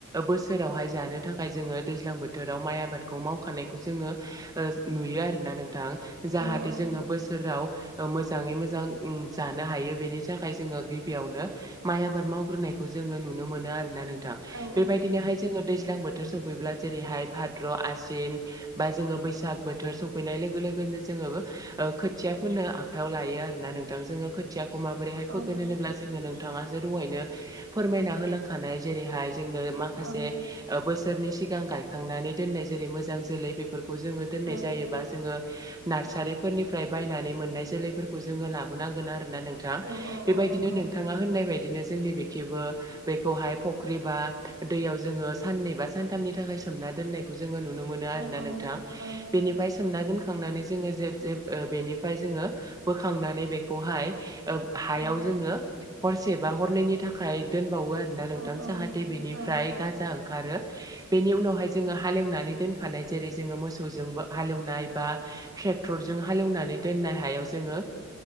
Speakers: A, on the right; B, on the right.
A: बो सोरावहाय जानो थाखाय जोङो दैज्लां बोथोराव माइ आबादखौ मावखानाय जोङो नुयो आरोना नोंथां जाहाथे
B: औ औ
A: जोङो बोसोराव ओ मोजाङै मोजां जानो हायो बेनि थाखाय जोङो गिबियावनो माइ आबाद मावग्रोनाय जोङो नुनो मोनो आरोना नों थां
B: औ
A: बेबायदिनोहाय जोङो दैज्लां बोथोर सौफैब्ला जेरैहाय भाद्र' आसिन बा जोङो बैसाग बोथोर सफैनाय लोगो लोगोनो जोङो ओ खोथिया फोननो आखाइयाव लायो आरो ना नोंथां खोथिया माबोरैहाय
B: औ
A: फोगोन होनोब्ला जोङो नोंथाङासो दहायनो फोरमायना होलांखानाय जेरैहाय जोंनो माखासे
B: औ
A: बोसोरनि सिगां गायखांनानै दोनाय जेरै मोजां जोलै फोरखौ जोङो दोननाय
B: औ
A: जायोबा जोङो नार्सारिफोरनिफ्राय बायनानै मोननाय जोलैफोरखौ जोङो लाबोनांगोन आरो ना नोंथां
B: औ औ
A: बेबायदिनो
B: औ नंगौ
A: नोंथाङा होननाय बा दिनो जोंनि बेखिबो बेखौहाय फख्रि बा दैयाव जोङो साननै बा सानथामनि थाखाय सोमना दोननायखौ नुनो मोनो आरोना
B: औ औ
A: नोंथां
B: औ
A: सोमना दोनखांनानै जोङो जे जे <unintelligible> बेनिफ्राय जोङो बोखांनानै बेखौहाय ओ हायाव
B: औ
A: जोङो हरसे बा हरनैनि थाखाय दोन बावो आरोना नोंथां
B: औ औ
A: जाहाथे बेनिफ्राय
B: औ
A: गाजा ओंखारो बेनि उनावहाय जोङो हालेवनानै दोनखानाय जेरै जोङो मोसौजोंबो हालेव एवनाय बा ट्रेक्टरजों जों हाल एवनानै दोननाय हायाव जोङो